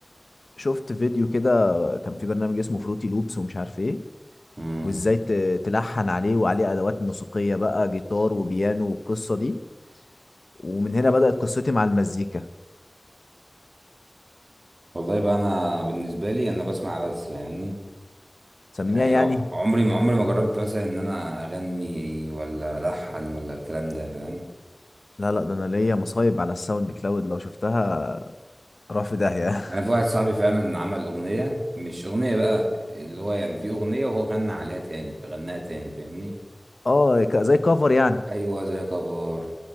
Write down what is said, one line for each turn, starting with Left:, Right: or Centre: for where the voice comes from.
Left: شفت فيديو كده كان في برنامج اسمه فروتي لوبس ومش عارف ايه
Right: امم
Left: وازاي ت- تلحن عليه وعليه ادوات موسيقيه بقى جيتار وبيانو والقصه دي ومن هنا بدات قصتي مع المزيكا
Right: والله بقى انا بالنسبه لي انا بسمع بس فاهمني
Left: سميها
Right: يعني
Left: يعني
Right: ع- عمري ما عمري ما جربت مثلا ان انا اغني ولا الحن ولا الكلام ده فاهم
Left: لا لا ده انا ليا مصايب على الساوند كلاود لو شفتها راح في داهية
Right: انا في واحد صاحبي فعلا عمل اغنيه مش اغنيه بقى اللي هو يعني في اغنيه وهو غنى عليها تاني فغناها تاني فاهمني
Left: <laughs> اه ك- زي كفر يعني
Right: ايوه زي كفار